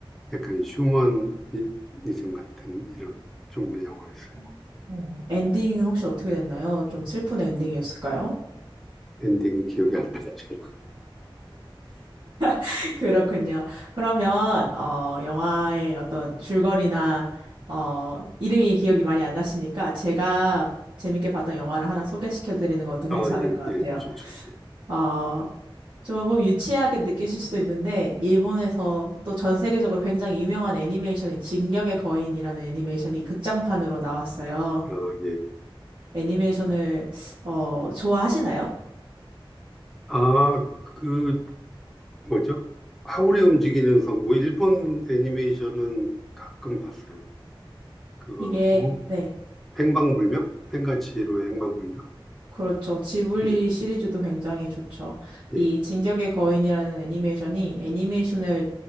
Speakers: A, in the centre; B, on the right (about 55°).
A: 약간 휴머니즘 같은 이런 종류의 영화였어요.
B: 어, 엔딩은 혹시 어떻게 됐나요? 좀 슬픈 엔딩이었을까요?
A: 엔딩이 기억이 안 납니다.
B: <laughs> 그렇군요. 그러면, 어, 영화의 어떤 줄거리나, 어, 이름이 기억이 많이 안 나시니까 제가 재밌게 봤던 영화를 하나 소개시켜 드리는 것도 괜찮을
A: 아, 예,
B: 것 같아요.
A: 예, 좋죠. 예.
B: 어, 조금 유치하게 느끼실 수도 있는데, 일본에서 또 전 세계적으로 굉장히 유명한 애니메이션인 진격의 거인이라는 애니메이션이 극장판으로 나왔어요.
A: 아, 예.
B: 애니메이션을, 어, 좋아하시나요?
A: 아, 그, 뭐죠? 하울의 움직이는 성, 뭐, 일본 애니메이션은 가끔 봤어요. 그거하고,
B: 이게, 네,
A: 행방불명? 생가치로 행방불명?
B: 그렇죠. 지블리
A: 예,
B: 시리즈도 굉장히 좋죠.
A: 예.
B: 이 진격의 거인이라는 애니메이션이 애니메이션을